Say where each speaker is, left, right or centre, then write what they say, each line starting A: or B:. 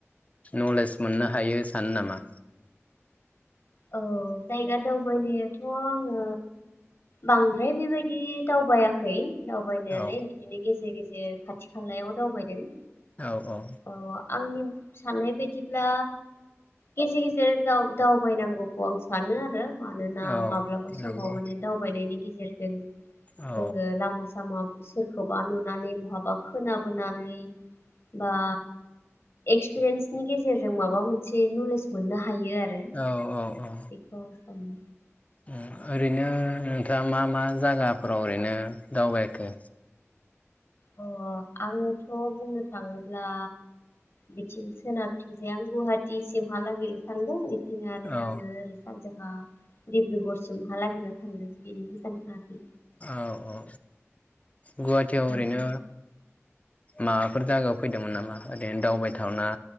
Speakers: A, on the left; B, on the left.
A: नलेज मोननो हायो सानो नामा?
B: औ जायगा दावबायनायाथ आङो बांद्राय बेबायदि दावबायाखै दावबायनायालाय
A: औ
B: बिदिनो गेजेर गेजेर खाथि खालायाव दावबायदों।
A: औ औ
B: अ आंनि साननाय बायदिब्ला गेजेर गेजेर दाव दाव बायनांगौखौ आं सानो आरो आरो मानोना
A: औ
B: माब्लाबा समाव
A: नंगौ
B: माने दावबायनायनि गे जेरजों
A: औ
B: जोड़ो लामा सामा सोरखौबा नुनानै बहाबा खोनाबोनानै बा एक्सपिरियेन्सनि गेजेरजों माबा मोनसे नलेज मोननो हायो आरो।
A: औ औ औ
B: बेखौ आं सानो
A: ओ ओरैनो नोंथाङा मा मा जायगाफोराव ओरैनो दावबायखो
B: अ आङोथ' बुंनो थाङोब्ला बिथिं सोनाबथिंजाय आं गुवाहाटिसिमहालागै थांदों। बिदिनो आरो
A: औ
B: आंङो ओरै सानजाहा डिब्रुगरसिमहालागैल थांदों बेनि गोजान थाङाखै
A: औ-औ-औ गुवाहाटियाव
B: नोंथाङा
A: ओरैनो माबाफोर जागायाव फैदोंमोन नामा ओरैनो दावबायथावना